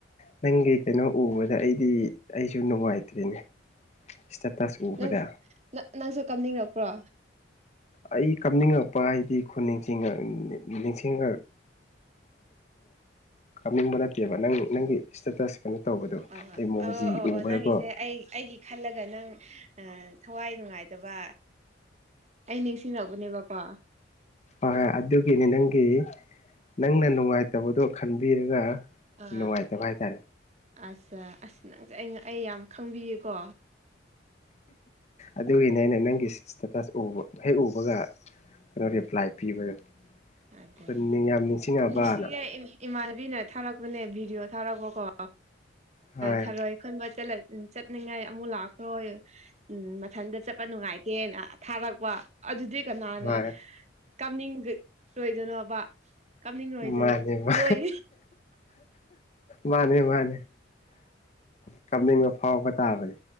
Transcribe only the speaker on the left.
ꯅꯪꯒꯤ ꯀꯩꯅꯣ ꯎꯕꯗ ꯑꯩꯗꯤ ꯑꯩꯁꯨ ꯅꯨꯡꯉꯥꯏꯇ꯭ꯔꯤꯅꯦ ꯏꯁꯇꯦꯇꯁ ꯎꯕꯗ
ꯑꯩ ꯀꯞꯅꯤꯡꯉꯛꯄ ꯍꯥꯏꯗꯤ ꯈꯨ ꯅꯤꯡꯁꯤꯡꯉ ꯅꯤꯡꯁꯤꯡꯉ ꯈꯪꯅꯤꯡꯕ ꯅꯠꯇꯦꯕ ꯅꯪ ꯅꯪꯒꯤ ꯏꯁꯇꯦꯇꯁ ꯀꯩꯅꯣ ꯇꯧꯕꯗꯣ
ꯑꯩ ꯃꯣꯖꯤ
ꯎꯕꯗꯀꯣ
ꯍꯣꯏ ꯍꯣꯏ ꯑꯗꯨꯒꯤꯅꯤ ꯅꯪꯒꯤ ꯅꯪꯅ ꯅꯨꯡꯉꯥꯏꯇꯕꯗꯣ ꯈꯟꯕꯤꯔꯒ
ꯅꯨꯡꯉꯥꯏꯇꯕ ꯍꯥꯏꯇꯥꯔꯦ
ꯑꯗꯨꯒꯤꯅꯦ ꯑꯩꯅ ꯅꯪꯒꯤ ꯏꯁꯇꯦꯇꯁ ꯎꯕ ꯍꯦꯛ ꯎꯕꯒ ꯀꯩꯅꯣ ꯔꯤꯄ꯭ꯂꯥꯏ ꯄꯤꯕꯗꯣ
ꯈ ꯌꯥꯝ ꯅꯤꯡꯁꯤꯡꯉꯕꯅ
ꯍꯣꯏ
ꯍꯣꯏ
ꯃꯥꯅꯤ ꯃꯥ
ꯃꯥꯅꯤ ꯃꯥꯅꯤ ꯀꯥꯞꯅꯤꯡꯕ ꯐꯥꯎꯕ ꯇꯥꯕꯅꯦ